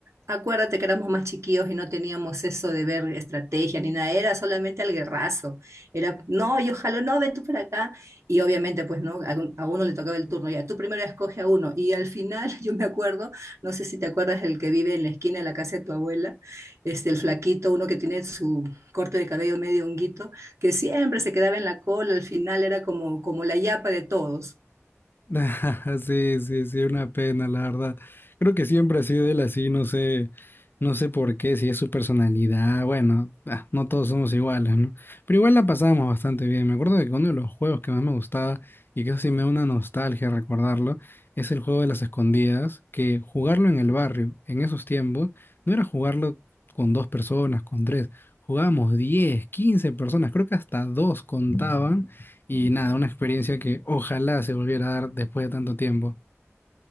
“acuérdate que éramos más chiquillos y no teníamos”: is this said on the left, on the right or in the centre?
Right